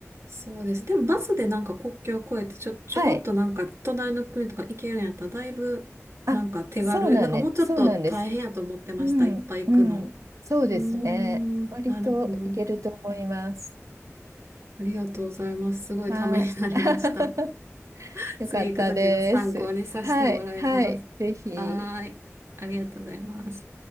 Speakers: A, on the right; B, on the right.
A: そうです。でもバスでなんか国境を越えてちょ、ちょこっとなんか隣の国とか行けるんやったらだいぶなんか手軽、
B: はい。あ、そうなんね、
A: なんかもうちょっと大変やと思ってました。
B: そうなんです。うん、
A: いっぱい行くの。
B: うん、そうですね。
A: うーん。
B: 割といけると思います。
A: なるほど。ありがとうございます。すごいためになりました。
B: はい。<laughs>
A: <laughs>
B: よかったです。
A: 次行くときの参考にさせてもらいます。
B: はい、はい、ぜひ。
A: はーい。ありがとうございます。